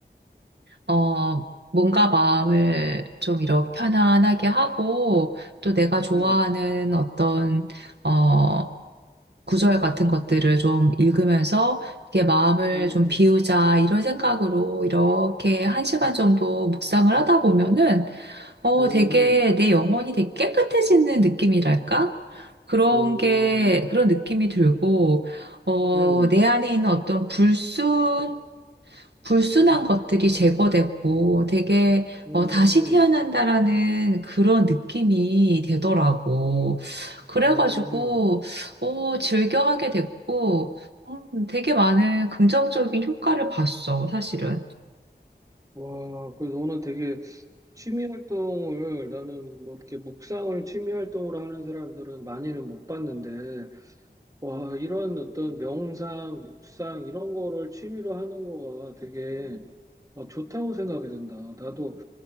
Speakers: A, on the right; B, on the right.
A: 어, 뭔가 마음을 좀 이렇게 편안하게 하고 또 내가 좋아하는
B: 음,
A: 어떤, 어, 구절 같은 것들을 좀 읽으면서 이게 마음을
B: 음,
A: 좀
B: 음,
A: 비우자 이런 생각으로 이렇게 한 시간 정도 묵상을 하다 보면은 어
B: 음,
A: 되게 내 영혼이 되게 깨끗해지는 느낌이랄까? 그런
B: 음,
A: 게 그런 느낌이 들고 어
B: 음,
A: 내 안에 있는 어떤 불순 불순한 것들이 제거되고 되게
B: 음,
A: 어, 다시 태어난다라는 그런 느낌이 되더라고.
B: 음.
A: 그래가지고
B: 음.
A: 어, 즐겨하게 됐고 음, 되게 많은 긍정적인 효과를 봤어, 사실은.
B: 와, 그 너는 되게 취미 활동을 나는 뭐 이렇게 묵상을 취미 활동으로 하는 사람들은 많이는 못 봤는데 와 이런 어떤 명상, 묵상 이런 거를 취미로 하는 거가 되게 어, 좋다고 생각이 든다. 나도